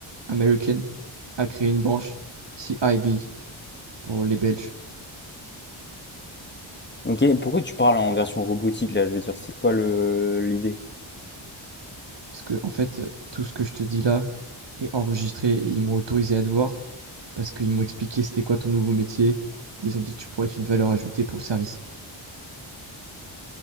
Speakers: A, on the right; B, on the left.
A: américaine a créé une branche CIB pour les Belges.
B: Ok, pourquoi tu parles en version robotique, là? Je veux dire, c'est quoi le, l'idée?
A: Parce que, en fait, euh, tout ce que je te dis là est enregistré et ils m'ont autorisé à te voir parce qu'ils m'ont expliqué c'était quoi ton nouveau métier et ils ont dit que tu pourrais être une valeur ajoutée pour le service.